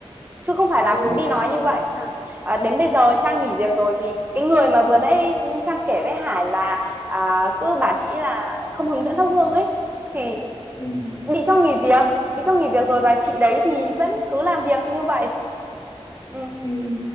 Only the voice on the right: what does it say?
chứ không phải là
cứ đi nói như vậy Ừ. Ờ, đến bây giờ Trang nghỉ việc rồi thì cái người mà vừa nãy Trang kể với Hải là à, cứ bảo chị là không hướng dẫn thắp hương ấy thì
bị cho nghỉ việc bị cho nghỉ việc rồi và chị đấy thì vẫn cứ làm việc như vậy ừ,